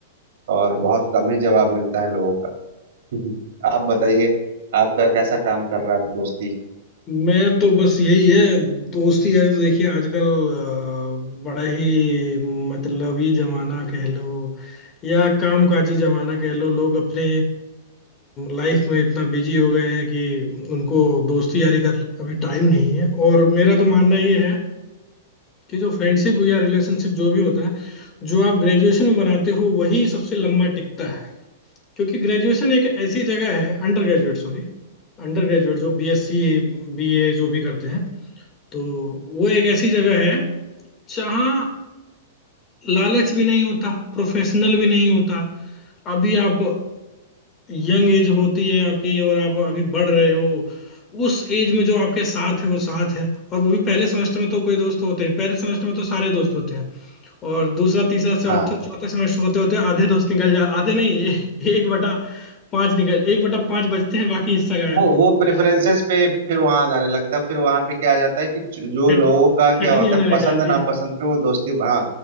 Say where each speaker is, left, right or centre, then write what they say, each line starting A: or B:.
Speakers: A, on the right (about 65°); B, on the left (about 20°).
A: और बहुत कम ही जवाब मिलता है लोगों का हम्म। आप बताइए आपका कैसा काम कर रहा है दोस्ती
B: मैं तो बस यही है दोस्ती यारी तो देखिए आजकल अ, बड़ा ही मतलबी जमाना कह लो या कामकाजी जमाना कह लो लोग अपने लाइफ में इतना बिजी हो गए हैं कि उनको दोस्ती यारी का अभी टाइम नहीं है और मेरा तो मानना ये है कि जो फ्रेंडशिप या रिलेशनशिप जो भी होता है जो आप ग्रेजुएशन में बनाते हो वही सबसे लंबा टिकता है क्योंकि ग्रेजुएशन एक ऐसी जगह है अंडर ग्रेजुएट सॉरी अंडर ग्रेजुएट जो बीएससी बीए जो भी करते हैं तो वो एक ऐसी जगह है जहाँ लालच भी नहीं होता प्रोफेशनल भी नहीं होता अभी आप यंग एज होती है आपकी और आप अभी बढ़ रहे हो उस एज में जो आपके साथ है वो साथ है और वो भी पहले सेमेस्टर में तो कोई दोस्त होते नहीं पहले सेमेस्टर में तो सारे दोस्त होते हैं और दूसरा तीसरा चौथा
A: हाँ
B: चौथा सेमेस्टर होते होते आधे दोस्त निकल जा आधे नहीं ए- एक बटा पांच निकल एक बटा पांच बचते हैं बाकी हिस्सा गायब
A: वो वो प्रेफरेंसेस पे फिर वहां जाने लगता है फिर वहां पे क्या आ जाता है कि जो
B: छट
A: लोगों का क्या
B: छटनी
A: होता
B: होने
A: है पसंद
B: लग जाती
A: नापसंद
B: है
A: पे वो दोस्ती हाँ